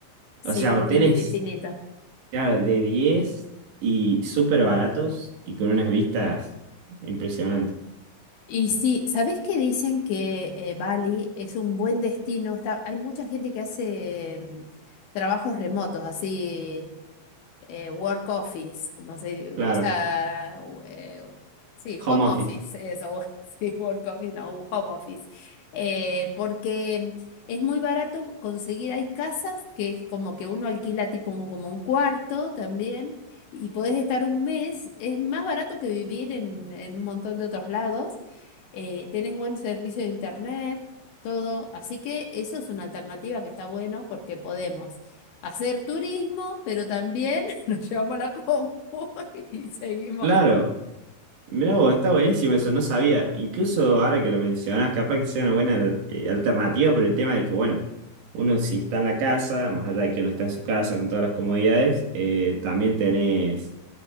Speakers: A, on the left (about 70°); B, on the right (about 65°).
A: sí,
B: O sea,
A: con
B: hoteles,
A: límite infinito.
B: claro, de 10 y súper baratos y con unas vistas impresionantes.
A: Y sí, ¿sabés que dicen que eh, Bali es un buen destino? Está, hay mucha gente que hace mm, trabajos remotos, así eh, work office, como se,
B: Claro.
A: o sea, u- eh, sí,
B: Home
A: home
B: office.
A: office, eso, <laughs> sí, work office, no, un home office, Eh, porque es muy barato conseguir, hay casas que es como que uno alquila tipo un- como un cuarto también, y podés estar un mes, es más barato que vivir en, en un montón de otros lados, Eh, tenés buen servicio de internet, todo, así que eso es una alternativa que está bueno porque podemos hacer turismo, pero también <laughs> Yo me la compu <laughs> y seguimos.
B: Claro, mirá vos, está buenísimo eso, no sabía. Incluso ahora que lo mencionás, capaz que sea una buena eh, alternativa por el tema de que, bueno, uno si está en la casa, más allá de que uno está en su casa con todas las comodidades, eh, también tenés.